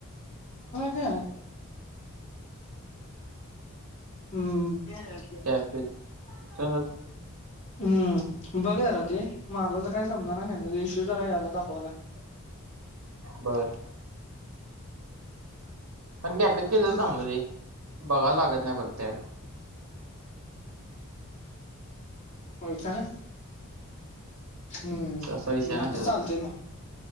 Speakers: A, on the left; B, on the right.
A: ते हम्म ते
B: कॅपेचा कस-
A: हम्म बघ जरा ते मला तर काही समजना ते इशू जरा यालाय दाखवावा लागेल
B: बरं पण कॅफेत केलेले
A: तुझ
B: ते चांगलं रे बघायला लागत नाही परत ऍड
A: वाई चाळा हम्म
B: असा विषय आहे
A: मग
B: ना त्याचा
A: चालतय मग